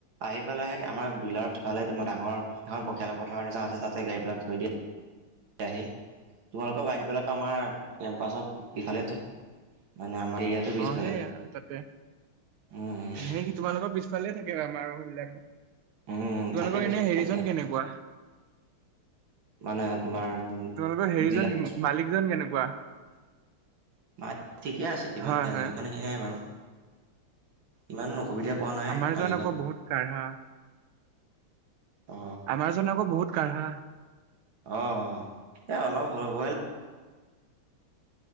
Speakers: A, on the right; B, on the right.
A: আহি পেলাই সেই আমাৰ দুইলাৰৰ পিফাল তোাৰ ডাঙৰ এখন খেল পথাৰৰ নিচিনা আছে তাতে গাড়ীবিলাক থৈ দিয়ে। আহি তোমালোকৰ বাইকবলাক আমাৰ কেম্পাছত ইফালে থয়। মানে আমাৰ এৰিয়াটোৰ পিছফালে।
B: অ, সেই আৰু তাতে
A: উম
B: সেই তুমানোকৰ পিছফালে থাকে। বম আৰু সবিলাকক
A: উম উম
B: তোমালোকৰ
A: থাকে পিছফালে
B: এনে হেৰিজন
A: থাকে
B: কেনেকুৱা?
A: মানে তোমাৰ
B: তোমালোকৰ হেৰিজন
A: ডিলাৰ
B: মালিকজন কেনেকুৱা
A: মা ঠিকে আছে ইমান
B: হয় হয়
A: হেৰি নাই বাৰু ইমান ন অসুবিধা পোৱা নাই
B: আমাৰজন
A: মালিকত
B: আকৌ বহুত কাঢ়া
A: অ
B: আমাৰজন আকৌ বহুত কাঢ়া।
A: অঁহ এ অলপ হবই।